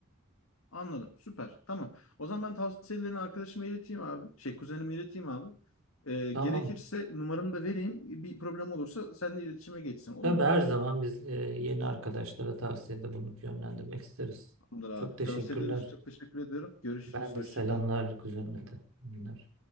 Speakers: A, on the left; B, on the right.
A: Anladım. Süper. Tamam. O zaman ben tavsiyelerini arkadaşıma ileteyim abi. Şey kuzenime ileteyim abi. Ee,
B: Tamam.
A: gerekirse numaramı da vereyim. Bir problem olursa seninle iletişime geçsin. Olur
B: Tabii
A: mu?
B: her zaman biz e, yeni arkadaşlara tavsiyede bulunup yönlendirmek isteriz.
A: Tamamdır abi.
B: Çok teşekkürler.
A: Tavsiyelerin için çok teşekkür ediyorum. Görüşürüz.
B: Ben de
A: Hoşça
B: selamlar
A: kal.
B: kuzenine de. Bunlar.